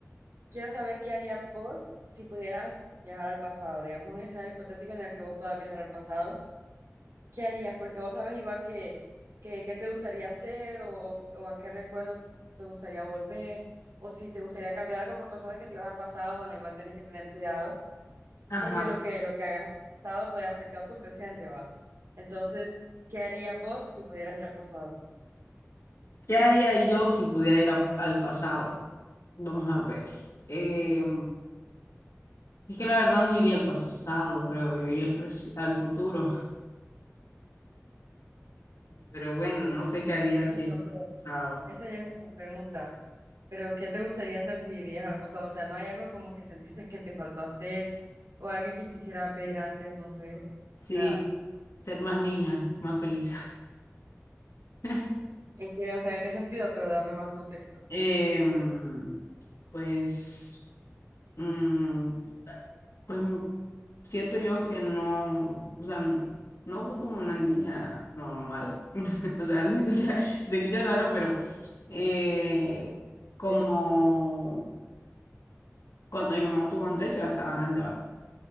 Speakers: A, on the right (about 80°); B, on the left (about 80°).
A: Quiero saber qué harías vos si pudieras viajar al pasado, digamos, un escenario hipotético en el que vos puedas viajar al pasado ¿Qué harías? Porque vos sabes igual que, que, qué te gustaría hacer o, o, o a qué recuerdo te gustaría volver o si te gustaría cambiar algo porque vos sabes que si vas al pasado, bueno, igual tienes que tener cuidado
B: ajá.
A: porque lo que, lo que hagas en el pasado puede afectar tu presente, va. Entonces, ¿qué harías vos si pudieras ir al pasado?
B: ¿Qué haría yo si pudiera ir a- al pasado? Vamos a ver. Eh, es que la verdad no iría al pasado, creo. Yo iría al, pres- al futuro. <laughs> Pero bueno, no sé qué haría
A: Bueno,
B: si fuera
A: pero
B: al pasado.
A: esa ya es otra pregunta. Pero, ¿qué te gustaría hacer si irías al pasado? O sea, ¿no hay algo como que sentiste que te faltó hacer o alguien que quisieras ver antes? No sé,
B: Sí,
A: nada.
B: ser más niña, más feliz. <laughs>
A: ¿En qué, o sea, en qué sentido? Pero dame más contexto.
B: Em, pues. mm, pues mm, siento yo que no, o sea, no fue como una niña normal, <laughs> o sea, se escucha, se escucha raro, pero eh, como
A: Sí.
B: cuando mi mamá tuvo a Andrés, yo ya estaba grande, va.